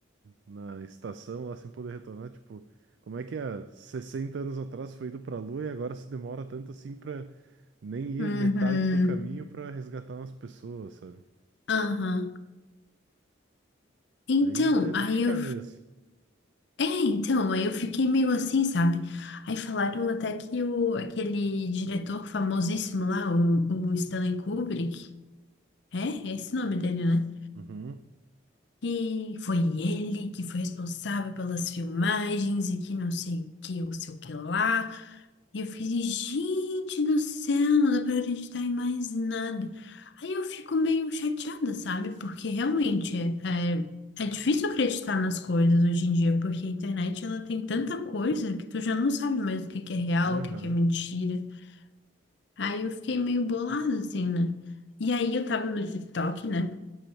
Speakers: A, on the right (about 60°); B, on the left (about 60°).
A: na, na estação, lá sem poder retornar. Tipo, como é que há 60 anos atrás foi ido pra Lua e agora se demora tanto assim pra nem ir
B: Uhum.
A: metade do caminho pra resgatar umas pessoas, sabe?
B: Aham. Então,
A: Aí é de
B: aí
A: ficar
B: eu.
A: meio assim.
B: É, então, aí eu fiquei meio assim, sabe? Aí falaram até que o, aquele diretor famosíssimo lá, o, o Stanley Kubrick, é? É esse o nome dele, né?
A: Uhum,
B: que foi ele que foi responsável pelas filmagens e que não sei o que, ou sei o que lá. E eu fiz, gente do céu, não dá pra acreditar em mais nada. Aí eu fico meio chateada, sabe? Porque realmente é, é, é difícil acreditar nas coisas hoje em dia, porque a internet ela tem tanta coisa que tu já não sabe mais o que que é real,
A: aham,
B: o que que é mentira. Aí eu fiquei meio bolada, assim, né? E aí eu tava no TikTok, né?